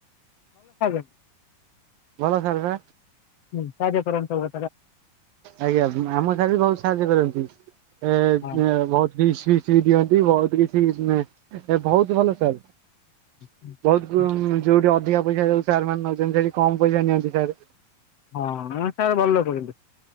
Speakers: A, on the left; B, on the right.
A: <unintelligible>
B: ଭଲ ସାରେ ବା।
A: ହୁଁ ସାହାଯ୍ୟ କରନ୍ତୁ <unintelligible>
B: ଆଜ୍ଞା ଆମ ସାରେ ବି ବହୁତ୍ ସାହାଯ୍ୟ କରନ୍ତି। ଏ
A: ଆଉ
B: ବହୁତ୍ କିିସ୍ ଫିସ୍ ବି ଦିଅନ୍ତି ବହୁତ୍ କିଛି ଏ ବହୁତ୍ ଭଲ ସାରେ
A: ହଁ।
B: ବହୁତ୍ ଯୋଉଠି ଅଧିକା ପଇସା ଯୋଉ ସାରେ ମାନେ ନଉଛନ୍ତି ସେଠି କମ୍ ପଇସା ନିଅନ୍ତି ସାର୍।
A: ହଁ ସାର୍ ଭଲ ଲୋକ କିନ୍ତୁ।